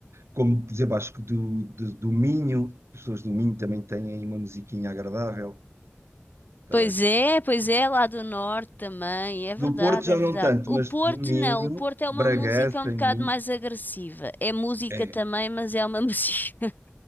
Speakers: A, on the right (about 80°); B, on the left (about 45°).
A: como por exemplo, acho que do, do, do Minho, as pessoas do Minho também têm aí uma musiquinha agradável. Estás
B: Pois
A: a ver?
B: é, pois é, lá do norte também. É
A: Do
B: verdade,
A: Porto já
B: é
A: não
B: verdade.
A: tanto,
B: O
A: mas
B: Porto
A: do Minho,
B: não, o Porto é
A: Bragança,
B: uma música um bocado
A: em Minho.
B: mais agressiva. É música
A: é,
B: também, mas é uma <laughs> música